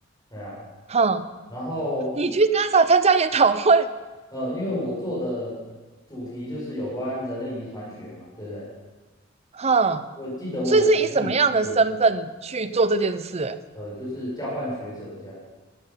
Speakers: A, on the left; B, on the right.
A: 对啊，
B: 哼，
A: 然后
B: 你去 NASA 参加研讨会，
A: 呃，因为我做的主题就是有关人类遗传学嘛，对不对？
B: 哼，
A: 我记得我有跟你我
B: 所以是以什么样的身份去做这件事欸
A: 呃，就是交换学者这样。